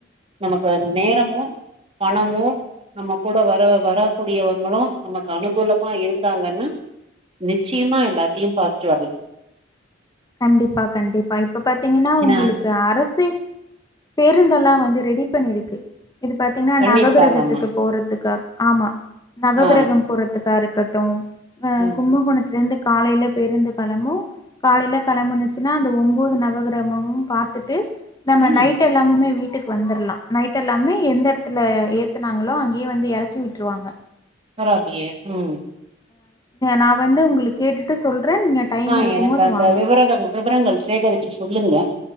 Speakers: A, on the right; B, on the left.
A: நமக்கு நேரமும் பணமும் நம்ம கூட வர வரக்கூடியவங்களும் நமக்கு அனுகூலமா இருந்தாங்கன்னு நிச்சயமா எல்லாத்தையும் பாத்துட்டு வரலாம்
B: கண்டிப்பா கண்டிப்பா இப் இப்ப பாத்தீங்கன்னா
A: ஏன்னா
B: உங்களுக்கு அரசு பேருந்தெல்லாம் வந் வந்து ரெடி பண்ணிருக்கு இது பார்த்தீங்கன்னா
A: பண்ணிருக்காங்கம்மா
B: நவகிரகத்துக்கு போறதுக்காக ஆமா நவகிரகம்
A: ஆ
B: போறதுக்காக இருக் கட்டும் ஆ
A: ம்
B: கும்பகோணத்தல இருந்து காலையில பேருந்து களமும் காலையில கிளம்பனுச்சுன்னா அந்த ஒன்பது நவகிரமமும் பாத்துட்டு நம்ம
A: ம்
B: நைட் எல்லாமமே வீட்டுக்கு வந்துடலாம் நைட் எல்லாமே எந்த இடத்துல ஏத்துனாங்களோ அங்கேயே வந்து இறக்கி விட்டுருவாங்க
A: பரவாலியே ம்
B: நான் வந்து உங்களுக்கு கேட்டுட்டு சொல்றே நீங்க டைம்
A: ஆ
B: இருக்கும்
A: எனக்கு
B: போது
A: அந்த
B: வாங்க
A: விவரங்கள் விவரங்கள் சேகரிச்சு சொல்லுங்க